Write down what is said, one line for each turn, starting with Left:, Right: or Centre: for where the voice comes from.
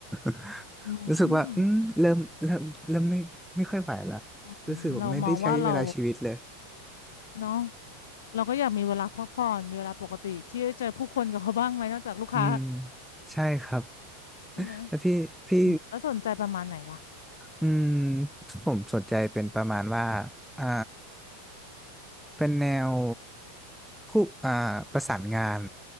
Centre: <laughs>
Left: อืม
Centre: รู้สึกว่าอืมเริ่มเริ่มเริ่มไม่ไม่ค่อยไหวละ
Left: อืมเรามองว่าเรา
Centre: รู้สึกว่าไม่ได้ใช้เวลาชีวิตเลย
Left: เนาะเราก็อยากมีเวลาพักผ่อนมีเวลาปกติที่จะเจอผู้คนกับเขาบ้างไหมนอกจากลูกค้า
Centre: อืมใช่ครับ
Left: ใช่ไหม
Centre: แล้วพี่พี่
Left: อืมแล้วสนใจประมาณไหนล่ะ
Centre: อืมผมสนใจเป็นประมาณว่าอ่าเป็นแนวผู้อ่าประสานงาน